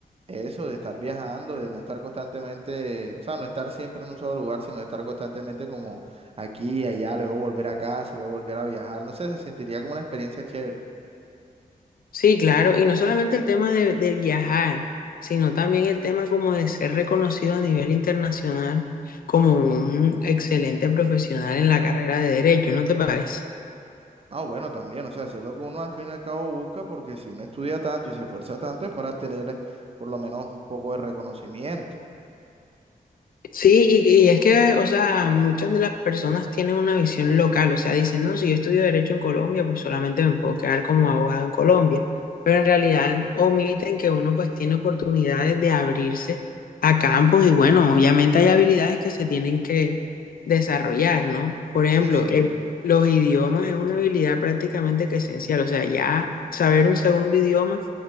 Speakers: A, on the right; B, on the left.
A: eso de estar viajando, de no estar constantemente, o sea, no estar siempre en un solo lugar, sino estar constantemente como aquí, allá, luego volver a casa, luego volver a viajar. No sé, se sentiría como una experiencia chévere.
B: Sí, claro, y no solamente el tema de, de viajar, sino también el tema como de ser reconocido a nivel internacional como un excelente profesional en la carrera de derecho, ¿no te parece?
A: Ah, bueno, también, o sea, eso es lo que uno al fin y al cabo busca, porque si uno estudia tanto y se esfuerza tanto es para tener por lo menos un poco de reconocimiento.
B: Sí, y, y es que, o sea, muchas de las personas tienen una visión local, o sea, dicen, no, si yo estudio derecho en Colombia, pues solamente me puedo quedar como abogado en Colombia, pero en realidad omiten que uno pues tiene oportunidades de abrirse a campos y bueno, obviamente hay habilidades que se tienen que desarrollar, ¿no? Por ejemplo,
A: Sí, sí.
B: el- los idiomas es una habilidad prácticamente que esencial, o sea, ya saber un segundo idioma